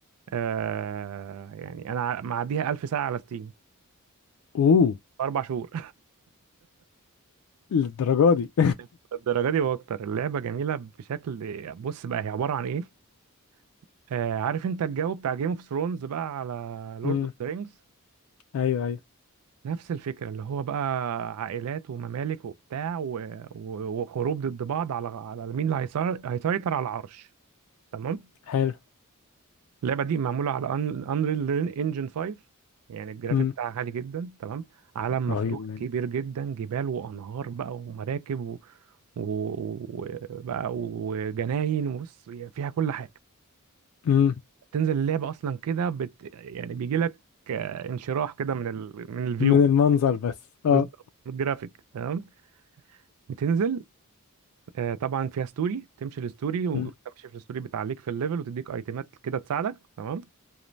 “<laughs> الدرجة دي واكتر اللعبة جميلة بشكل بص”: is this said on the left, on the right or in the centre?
Right